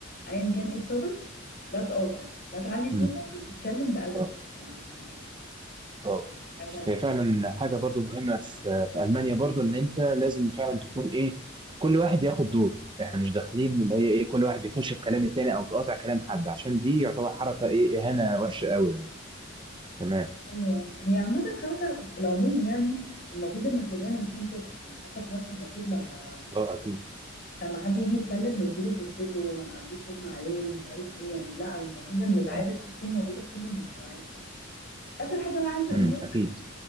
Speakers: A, on the left; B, on the right.
A: ايا كان ايه التوبيك لا تقاطع لا تعلي صوتك
B: امم
A: تتكلم بأدب
B: اه
A: يعني
B: اه
A: حاجة مهمة
B: هي فعلا حاجة برضو مهمة في في ألمانيا برضو إن أنت لازم فعلا تكون إيه كل واحد ياخد دوره إحنا مش داخلين اللي هي إيه كل واحد يخش في كلام التاني أو تقاطع كلام حد عشان دي يعتبر حركة إيه إهانة وحشة قوي يعني تمام
A: هي هي عامة حركة في العموم يعني المفروض ان كلنا نكون كده يعني حتى في مصر المفروض لما
B: اه أكيد
A: لما حد يجي يتكلم نديله فرصته ما نعليش صوتنا عليه مش عارف ايه يعني لا المفروض ان العادة
B: اه
A: دي تكون موجودة في كل المجتمعات يعني اخر حاجة بقى عايزة اقولها
B: امم
A: لك،
B: أكيد